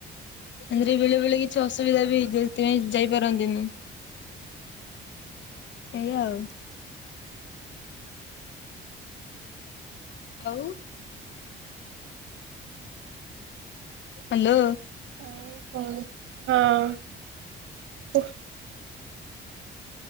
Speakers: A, on the left; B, on the right.
A: ଏମିତିରେ ବେଳେ ବେଳେ କିଛି ଅସୁବିଧା ବି ହେଇଯାଉଥାଏ ଯାଇପାରନ୍ତିନି। ଏଇଆ ଆଉ। ଆଉ ହାଲୋ।
B: ଆଉ କଣ ହଁ। <unintelligible> କୁହ। <unintelligible>